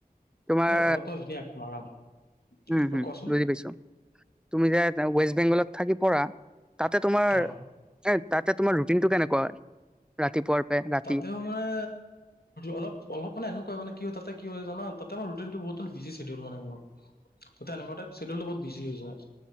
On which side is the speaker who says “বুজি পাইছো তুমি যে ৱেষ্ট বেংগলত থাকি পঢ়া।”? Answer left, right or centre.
Centre